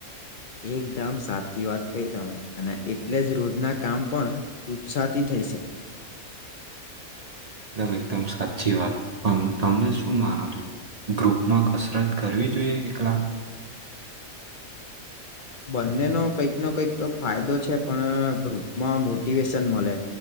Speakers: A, on the left (about 55°); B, on the right (about 65°).
A: એકદમ સાચી વાત ક તમે અને એટલે જ રોજના કામ પણ ઉત્સાહથી થઈ શકે.
B: એકદમ એકદમ સાચી વાત, પણ તમને શું માનો છો? ગ્રુપમાં કસરત કરવી જોઈએ એકલા,
A: <unintelligible> બંને ન કંઈક ન કંઈક તો ફાયદો છે, પણ ગ્રુપમાં મોટિવેશન મળે.